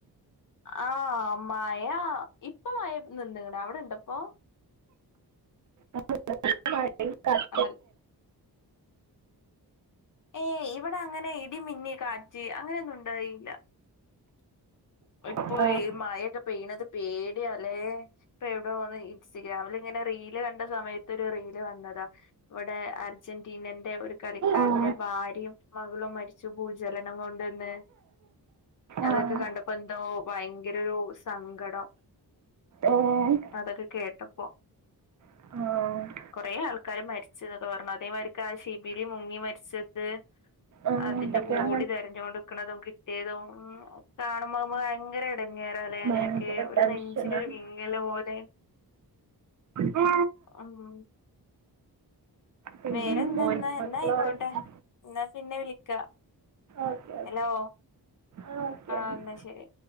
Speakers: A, on the left; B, on the right.
A: ആഹ് മായ ഇപ്പൊ മഴ നിന്ന്കണ് അവിടെ ഇണ്ട്പ്പൊ
B: <inaudible>
A: അൽ ഏയ് ഇവിടെ അങ്ങനെ ഇടിമിന്നി കാറ്റി അങ്ങനെയൊന്നും ഉണ്ടറിയില്ല ഇപ്പൊ
B: ആഹ്
A: ഈ മഴൊക്കെ പെയ്യണത് പേടിയല്ലേ ഇപ്പൊ എവിടൊ ഈ ഇൻസ്റ്റഗ്രാമിൽ ഇങ്ങനെ റീല് കണ്ട സമയത്ത് ഒരു റീല് വന്നതാ ഇവിടെ അർജന്റീനന്റെ ഒരു കളിക്കാരന്റെ
B: ആഹ്
A: ഭാര്യയും മകളും മരിച്ചു ഭൂചലനം കൊണ്ടന്ന് അതൊക്കെ
B: ആഹ്
A: കണ്ടപ്പോ എന്തോ ഭയങ്കര ഒരു സങ്കടം
B: ഏഹ്
A: അതൊക്കെ കേട്ടപ്പോ
B: ആഹ്
A: കുറെ ആൾക്കാര് മരിച്ചൊക്കെ പറഞ്ഞ അതേ മാതിരി ആഹ് ശിബിലി മുങ്ങി മരിച്ചത്
B: ആഹ്
A: അതിന്റെ
B: എന്തൊക്കെയാ
A: ബോഡി തിരഞ്ഞോണ്ട് നിക്കണതും കിട്ടിയതും കാണുമ്പോകുമ്പോ ഭയങ്കര ടങ്ങേറല അങ്ങനെയൊക്കെ
B: ഭയങ്കര
A: ഒരു
B: ടെൻഷനാണ്
A: നെഞ്ചിനരു വിങ്ങലപോലെ
B: ഓ
A: ആഹ്
B: പിന്നെ
A: വേറെന്തെന്നാ
B: മോൻ
A: എന്ന
B: മക്കൾ
A: ആയിക്കോട്ടെ
B: ഉറങ്ങിയോ
A: എന്നാ പിന്നെ വിളിക്കാ
B: ഓക്കെ ഓക്കെ
A: ഹലോ
B: ആ ഓക്കെ
A: ആഹ്
B: എന്നാൽ
A: എന്നാ ശരി